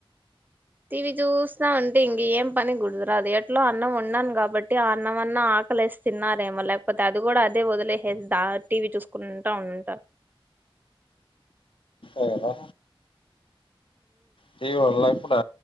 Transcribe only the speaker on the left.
అధా టీవి వల్ లైఫ్ మన